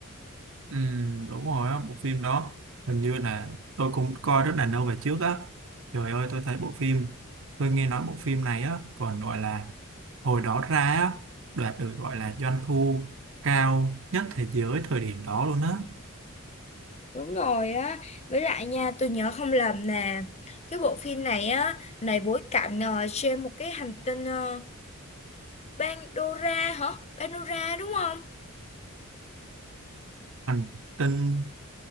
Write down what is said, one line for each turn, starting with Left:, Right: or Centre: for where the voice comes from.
Right: Ừ, đúng rồi á, bộ phim đó hình như là tôi cũng coi rất là lâu về trước á trời ơi tôi thấy bộ phim tôi nghe nói bộ phim này á còn gọi là hồi đó ra á đạt được gọi là doanh thu cao nhất thế giới thời điểm đó luôn á
Left: Đúng rồi á, với lại nha, tôi nhớ không lầm nè, cái bộ phim này á, này bối cảnh ờ, trên một cái hành tinh ờ, Pandora hả? Pandora đúng không?
Right: hành tinh